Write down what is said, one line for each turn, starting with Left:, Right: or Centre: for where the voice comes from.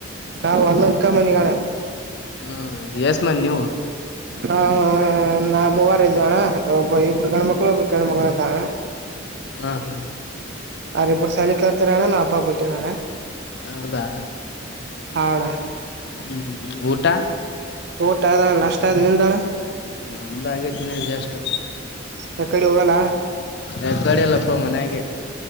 Right: ನಾ್ ಹೊಲ್ಲಕ್ಕ ಮನಿಗಣೆ
Left: ಹ್ಮ್ ಯಸ್ಮನ್ ನೀವು
Right: ಹಾ ನಾ ಮೂವರೈಐದು ಜಣ ಒಬ್ಬ ಇಬ್ರು ಗಣ್ಮಕ್ಳುಬ್ ಗಣ್ಮಕ್ಳುಂತಣ
Left: ಹ್ಮ ಹ್ಮ್
Right: ಅರಿಬ್ರು ಶಾಲಿ ಕಲ್ತಾರ್ ಅಣ್ಣ ನಾ ಹಬ್ಬ ಬಿಟ್ಟಿನಣ್ಣ
Left: ಹೌದಾ
Right: ಹಣ್ಣ
Left: ಹ್ಮ್ ಊಟ
Right: ಊಟ ಆದ್ದಣ್ಣ ನಾಷ್ಟ ಆದಯ ನಿಂದಣ್ಣ
Left: ನಮ್ದ ಆಗೇತನಿ ಜಸ್ಟ್
Right: ಯಕಡೆ ಹೋಗಲ್ಲಣ್ಣ
Left: ಏಕಡಲ್ಲಪ್ಪ ಮನ್ಯಾಗೆ